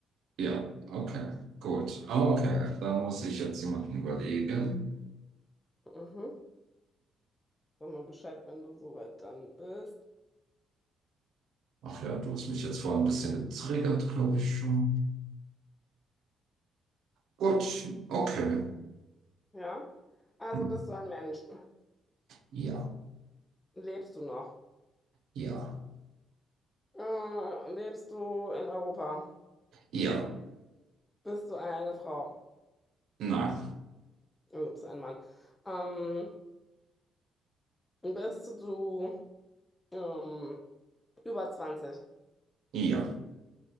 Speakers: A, on the right; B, on the left.
A: Ja, okay, gut. Okay, da muss ich jetzt jemanden überlegen.
B: Mhm. Sag mal Bescheid, wenn du soweit dann bist.
A: Ach ja, du hast mich jetzt vorhin ein bisschen getriggert, glaube ich schon. Gut, okay.
B: Ja. Also
A: Hm.
B: bist du ein Mensch.
A: Ja,
B: Lebst du noch?
A: ja,
B: Äh, lebst du in Europa?
A: ja,
B: Bist du eine Frau?
A: nein,
B: Also bist du ein Mann. Ähm, bist du ähm, über zwanzig
A: ja,